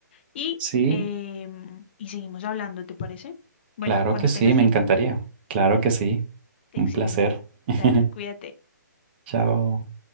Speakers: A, on the left (about 35°); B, on the right (about 30°).
A: y,
B: sí.
A: em, y seguimos hablando, ¿te parece? Bueno,
B: Claro
A: cuando
B: que sí,
A: tengas
B: me
A: tiempo.
B: encantaría. Claro
A: Bueno.
B: que sí.
A: Excelente.
B: Un placer. <laughs>
A: Dale, cuídate.
B: Chao.